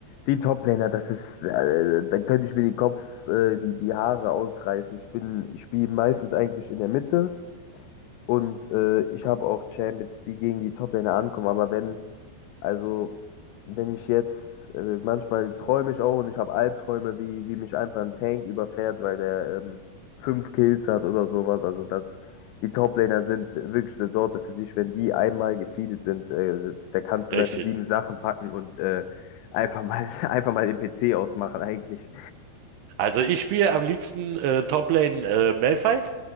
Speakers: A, on the left; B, on the right.
A: die Top-Laner, das ist, äh, da könnte ich mir die Kopf, äh, die, die Haare ausreißen. Ich bin, ich spiele meistens eigentlich in der Mitte und äh, ich habe auch Champions, die gegen die Top-Laner ankommen, aber wenn Also, wenn ich jetzt, äh, manchmal träume ich auch und ich habe Albträume, wie, wie mich einfach ein Tank überfährt, weil der ähm, fünf Kills hat oder sowas. Also, das, die Toplaner sind wirklich eine Sorte für sich. Wenn die einmal gefeedet sind, äh, da kannst du
B: Richtig.
A: deine sieben Sachen packen und äh, einfach mal, <laughs> einfach mal den PC ausmachen, eigentlich.
B: Also ich spiele am liebsten äh, Toplane äh, Malphite